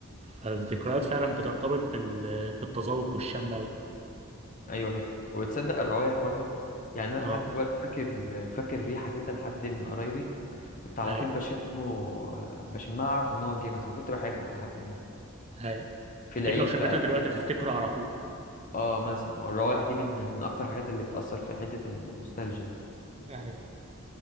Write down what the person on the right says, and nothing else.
فالذكريات فعلا بترتبط بال... بالتذوق والشم أوي
اه
هاي
هاي
اكيد
لو شميتها
دلوقتي هتفتكره على طول
ايوه